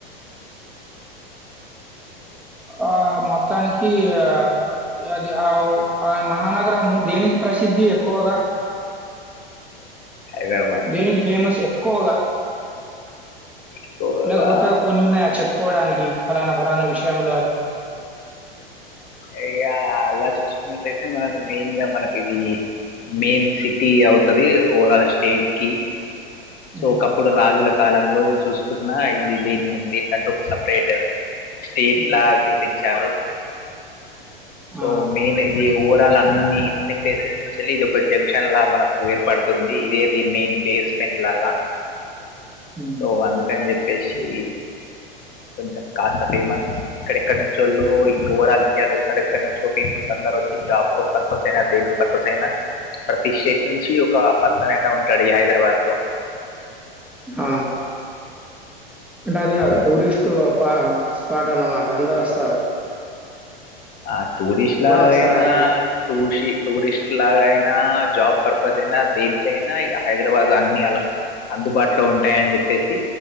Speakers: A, in the centre; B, on the left.
A: ఆహా మొత్తానికి ఆ అది ఆ వు ఆ మహానగరము దేనికి ప్రసిద్ధి ఎక్కువగా
B: హైదరాబాద్
A: దేనికి ఫేమస్ ఎక్ క్కువగా
B: ఎక్కువగా
A: లేకపోతే కొనున్నాయ చెప్ కోవడానికి ఫలానా ఫలానా విషయంలో అని
B: ఇగ అలా చూసుకున్నటయితే మనకు మెయిన్ గా మనకి ఇది మెయిన్ సిటీ అవుతది. ఓవరాల్ స్టేట్ కి సో
A: హ్మ్.
B: ఒకప్పుడు రాజుల కాలంలో చూస్ ఇప్పుడున్న ఇది దేన్ దేనికంటే ఒక సపరేట్ స్టేట్
A: హ్మ్.
B: లగా గుర్తించారు సో
A: ఆ!
B: మెయిన్ ఇది ఓవర్ త అన్ని అన్ని ప్లేసెస్ నుంచేళ్ళి ఇది ఒక జంక్షన్ లా మనకు ఏర్పడుతుంది. ఇదే ది మెయిన్ బేస్మెంట్ లాగ
A: హ్మ్.
B: సో అందుకని చెప్ ఏషి కొంచెం కాస్త ఫేమస్ ఎక్కడెక్కడ నుంచోల్లో ఓవరల్ ఇండియాలో ఎక్కడెక్కడ నుంచో పీపుల్స్ అందరు వచ్చి జాబ్ పర్పస్ అయినా దేని పర్పస్ అయినా ప్రతి స్టేట్ నుంచి ఒక పర్సన్ అయినా ఉంటాడు. ఈ హైదరాబాద్ లో
A: హ అంటే అది
B: అవును
A: టూరిస్ట్ ఆ స్పాట్ అన్నమాట అందరు వోస్తారు.
B: ఆ టూరిస్ట్ లాగైనా
A: వస్తారక్కడ.
B: టూషి టూరిస్ట్ లాగైనా ఆ జాబ్ పర్పస్ అయినా దేనికైనా ఇగ హైదరాబాద్ అన్ని అలా అందుబాటులో ఉంటాయని చెప్పేసి